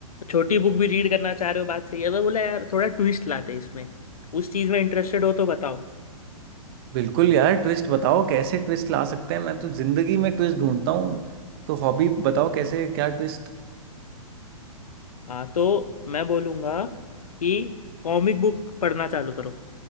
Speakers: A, on the left (about 80°); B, on the right (about 40°).
A: छोटी बुक भी रीड करना चाह रहे हो बात सही है मैं बोला यार थोड़ा ट्विस्ट लाते इसमें उस चीज़ में इंटरेस्टेड हो तो बताओ
B: बिल्कुल यार ट्विस्ट बताओ कैसे ट्विस्ट ला सकते हैं मैं तो जिंदगी में ट्विस्ट ढूंढता हूँ तो हॉबी बताओ कैसे क्या ट्विस्ट
A: हाँ तो मैं बोलूँगा कि कॉमिक बुक पढ़ना चालू करो